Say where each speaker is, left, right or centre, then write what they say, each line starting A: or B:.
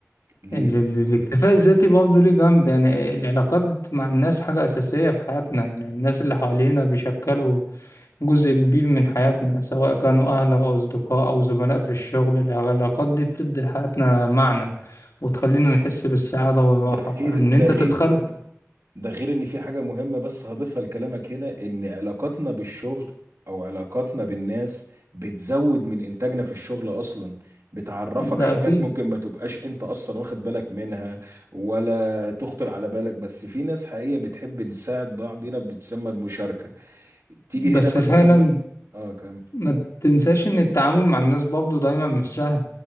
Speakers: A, on the right; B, on the left.
A: ليه
B: ال- ال- الاكتفاء الذاتي برضه ليه جنب يعني العلاقات مع الناس حاجة أساسية في حياتنا يعني الناس اللي حوالينا بيشكلوا جزء كبير من حياتنا سواء كانوا أهل أو أصدقاء أو زملاء في الشغل العلاقات دي بتدي لحياتنا معنى وتخلينا نحس بالسعادة والراحة
A: ده
B: فإن
A: غير ده
B: أنت
A: غير
B: تتخلى
A: ده غير ان في حاجة مهمة بس هضيفها لكلامك هنا ان علاقاتنا بالشغل او علاقاتنا بالناس بتزود من انتاجنا في الشغل اصلا بتعرفك
B: ده
A: حاجات
B: أكيد
A: ممكن ما تبقاش انت اصلا واخد بالك منها ولا تخطر على بالك بس في ناس حقيقية بتحب نساعد بعض هنا بتسمى المشاركة تيجي
B: بس
A: هنا مثلا
B: فعلا
A: بقى اه كم
B: ما تنساش ان التعامل مع الناس برضه دايما مش سهل